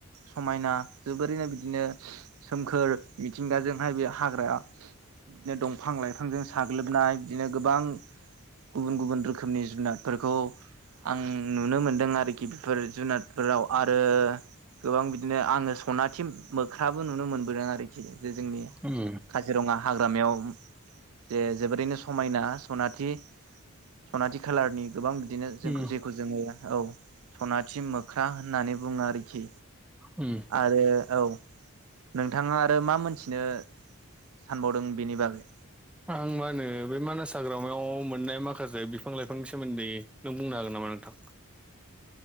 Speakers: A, on the right; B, in the centre.
A: समायना जोबोरैनो बिदिनो सोमखोर मिथिंगाजोंहाय बे हाग्राया बिदिनो दंफां लाइफांजों साग्लोबनाय बिदिनो गोबां गुबुन गुबुन रोखोमनि जुनारफोरखौ आं नुनो मोनदों आरोखि बेफोर जुनारफोराव आरो गोबां बिदिनो आङो सनाथि मोख्राबो नुनो मोनबोदों आरोखि जे जोंनि।
B: उम
A: काजिरङा हाग्रामायाव जे जोबोरैनो समायना सनाथि। सनाथि खालारनि गोबां बिदिनो जों
B: उम
A: जेखौ जोङो। औ सनाथि मोख्रा होननानै बुंङो आरोखि।
B: उम
A: आरो औ नोंथांङा आरो मा मोनथिनो? सानबावदों बेनि बागै?
B: मा होन बे मानास हाग्रा। आव मोननाय माखासे बिफां लाइफांनि सोमोन्दै नों बुंनो हागोन नामा नोंथां?